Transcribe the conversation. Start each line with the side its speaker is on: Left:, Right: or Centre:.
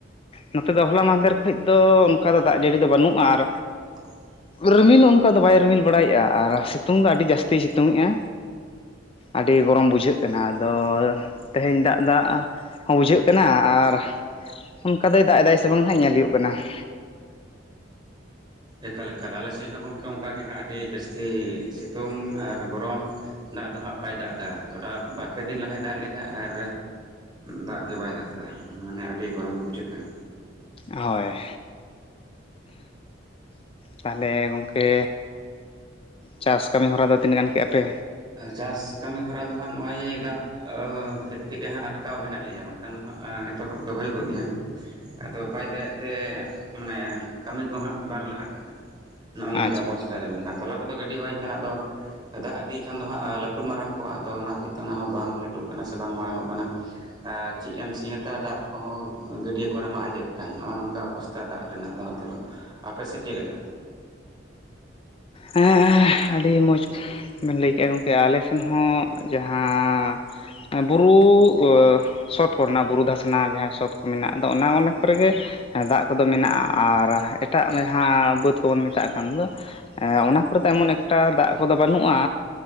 Left: ᱱᱚᱛᱮ ᱫᱚ ᱦᱚᱞᱟ ᱢᱟᱦᱫᱮᱨ ᱠᱷᱚᱱ ᱫᱚ ᱚᱱᱠᱟ ᱫᱚ ᱫᱟᱜ ᱡᱟᱹᱲᱤ ᱫᱚ ᱵᱟᱹᱱᱩᱜᱼᱟ ᱟᱨ
Right: <inaudible>
Left: ᱨᱤᱢᱤᱞ ᱦᱚᱸ ᱚᱱᱠᱟ ᱫᱚ ᱵᱟᱭ ᱨᱤᱢᱤᱞ ᱵᱟᱲᱟᱭᱮᱫᱼᱟ ᱟᱨ ᱥᱤᱛᱩᱝ ᱫᱚ ᱟᱹᱰᱤ ᱡᱟᱹᱥᱛᱤᱭ ᱥᱤᱛᱩᱝ ᱮᱸᱜᱼᱟ᱾ ᱟᱹᱰᱤ ᱜᱚᱨᱚᱢ ᱵᱩᱡᱷᱟᱹᱜ ᱠᱟᱱᱟ ᱟᱫᱚ ᱛᱮᱦᱮᱧ ᱫᱟᱜ ᱫᱟᱜ ᱦᱚᱸ ᱵᱩᱡᱷᱟᱹᱜ ᱠᱟᱱᱟ᱾ ᱟᱨ ᱚᱱᱠᱟ ᱫᱚᱭ ᱫᱟᱜ ᱮᱫᱟᱭ ᱥᱮ ᱵᱟᱝ ᱦᱟᱜ ᱧᱮᱞ ᱦᱩᱭᱩᱜ ᱠᱟᱱᱟ ᱾
Right: ᱮᱠᱟᱞ ᱮᱠᱟᱞ ᱟᱞᱮ ᱥᱮᱫ ᱦᱚᱸ ᱜᱚᱝᱠᱮ ᱚᱱᱠ ᱜᱮ ᱦᱟᱸᱜ ᱟᱹᱰᱤ ᱡᱟᱹᱥᱛᱤ ᱥᱤᱛᱩᱝ ᱟᱨ ᱜᱚᱨᱚᱢ᱾ ᱫᱟᱜ ᱫᱚ ᱦᱟᱸᱜ ᱵᱟᱭ ᱫᱟᱜ ᱮᱫᱟ ᱛᱷᱚᱲᱟ ᱵᱟᱨ ᱯᱮ ᱫᱤᱱ ᱞᱟᱦᱟᱭ ᱫᱟᱜ ᱞᱮᱫᱟ ᱟᱨ ᱫᱟᱜ ᱜᱮ ᱵᱟᱭ ᱫᱟᱜ ᱮᱫᱟ ᱢᱟᱱᱮ ᱟᱹᱰᱤ ᱜᱚᱨᱚᱢ ᱜᱮ ᱵᱩᱡᱷᱟᱹᱜ ᱠᱟᱱᱟ᱾
Left: ᱦᱳᱭ ᱛᱟᱦᱞᱮ ᱜᱚᱝᱠᱮ ᱪᱟᱥ ᱠᱟᱹᱢᱤ ᱦᱚᱨᱟ ᱫᱚ ᱛᱤᱱᱟᱹᱜ ᱜᱟᱱ ᱠᱮᱜᱼᱟ ᱯᱮ?
Right: ᱪᱟᱥ ᱠᱟᱹᱢᱤ ᱦᱚᱨᱟ ᱫᱚ ᱦᱟᱸᱜ ᱱᱚᱜᱼᱚᱭ ᱫᱟᱜ ᱚ ᱦᱚᱛᱮᱡ ᱛᱮᱜᱮ ᱦᱟᱸᱜ ᱟᱴᱠᱟᱣ ᱢᱮᱱᱟᱜ ᱞᱮᱭᱟ ᱵᱟᱝ ᱠᱷᱟᱱ ᱫᱚ ᱦᱟᱸᱜ ᱮᱛᱚ ᱦᱚᱵ ᱫᱚ ᱦᱩᱭ ᱠᱚᱜ ᱜᱮᱭᱟ᱾ ᱟᱫᱚ ᱵᱟᱭ ᱫᱟᱜ ᱮᱜ ᱛᱮ ᱢᱟᱱᱮ ᱠᱟᱹᱢᱤ ᱠᱚᱦᱟᱸᱜ ᱵᱟᱝ ᱞᱟᱦᱟᱜ ᱠᱟᱱᱟ᱾ ᱱᱚᱜᱼᱚ ᱱᱚᱝᱠᱟ
Left: ᱟᱪᱪᱷᱟ
Right: ᱚᱵᱚᱥᱛᱟ ᱨᱮ ᱢᱮᱱᱟᱜᱼᱟ᱾ ᱛᱚᱞᱟ ᱠᱚ ᱫᱚ ᱜᱤᱹᱰᱤ ᱦᱳᱭ ᱠᱟᱱᱟ ᱟᱫᱚ ᱫᱟᱜ ᱤᱫᱤ ᱠᱷᱟᱱ ᱫᱚ ᱦᱟᱸᱜ ᱞᱟᱹᱴᱩ ᱢᱟᱨᱟᱝ ᱠᱚᱜᱼᱟ ᱟᱫᱚ ᱚᱱᱟ ᱦᱚᱛᱮᱡ ᱛᱮ ᱚᱱᱟ ᱦᱚᱸ ᱵᱟᱝ ᱞᱟᱹᱴᱩᱜ ᱠᱟᱱᱟ ᱥᱮ ᱵᱟᱝ ᱢᱟᱨᱟᱝ ᱚᱜ ᱠᱟᱱᱟ᱾ ᱟᱨ ᱪᱮᱫ ᱮᱢ ᱥᱤᱭᱟᱹᱛᱟ ᱫᱟᱜ ᱠᱚ ᱦᱚᱸ ᱜᱟᱹᱰᱭᱟᱹ ᱠᱚᱨᱮ ᱢᱟ ᱟᱸᱡᱮᱫ ᱠᱟᱱ ᱱᱚᱜᱼᱚ ᱱᱚᱝᱠᱟ ᱚᱵᱚᱥᱛᱷᱟ᱾ ᱛᱟ ᱫᱟᱜ ᱨᱮᱱᱟᱜ ᱫᱚ ᱱᱚᱛᱮ ᱫᱚ ᱟᱯᱮ ᱥᱮᱫ ᱪᱮᱫ ᱞᱮᱠᱟ?
Left: ᱦᱮᱸ ᱟᱹᱰᱤ ᱢᱚᱸᱡᱽ ᱵᱮᱱ ᱞᱟᱹᱭ ᱠᱮᱜᱼᱟ ᱜᱚᱝᱠᱮ ᱟᱞᱮ ᱥᱮᱱ ᱦᱚᱸ ᱡᱟᱦᱟᱸᱻᱻ ᱵᱩᱨᱩ ᱤᱭᱟᱹ ᱥᱚᱛ ᱠᱚᱨᱮᱱᱟᱜ ᱵᱩᱨᱩ ᱫᱷᱟᱥᱱᱟ ᱡᱟᱦᱟᱸ ᱥᱚᱛ ᱠᱚ ᱢᱮᱱᱟᱜ ᱟᱫᱚ ᱚᱱᱟ ᱚᱱᱟ ᱠᱚᱨᱮ ᱜᱮ ᱾ ᱫᱟᱜ ᱠᱚᱫᱚ ᱢᱮᱱᱟᱜᱼᱟ ᱟᱨ ᱮᱴᱟᱜ ᱡᱟᱦᱟᱸ ᱵᱟᱹᱫᱽ ᱠᱚᱵᱚᱱ ᱢᱮᱛᱟᱜ ᱠᱟᱱ ᱫᱚ ᱚᱱᱟ ᱠᱚᱨᱮ ᱛᱮ ᱮᱢᱚᱱ ᱮᱠᱴᱟ ᱫᱟᱜ ᱠᱚ ᱫᱚ ᱵᱟᱹᱱᱩᱜᱼᱟ᱾